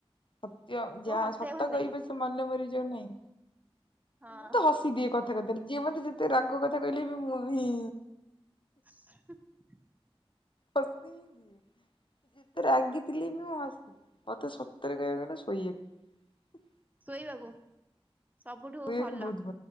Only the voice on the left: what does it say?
ସତ
ଯା
ସତ
କହିବି
ପଛେ ମଲେ ମରିବି ଯୋଉ ନାହିଁ।
ମୁଁ ତ ହସି ଦିଏ କ କଥା କଥା ରେ ଯିଏ ମତେ ଯେତେ ରାଗ କଥା କହିଲେ ବି ମୁଁ ହିଁ
ହଁସି ଦିଏ ଯେତେ ରାଗିଥିଲେବି ମୁଁ ହସିଦିଏ ମତେ ସତରେ କହିବାକୁ ଗଲେ ଶୋଇବାକୁ
ଶୋଇବାକୁ
ବହୁତ